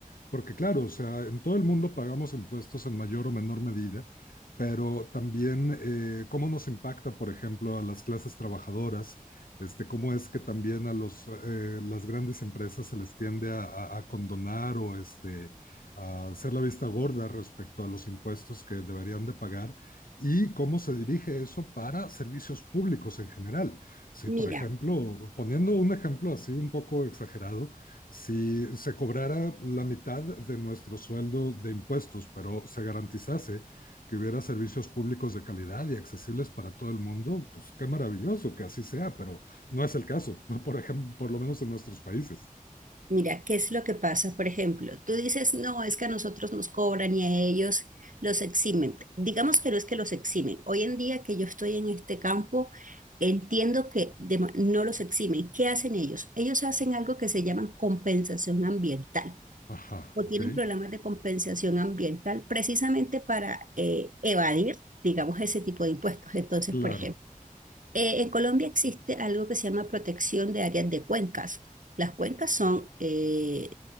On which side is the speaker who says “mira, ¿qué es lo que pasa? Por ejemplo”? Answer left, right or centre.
Right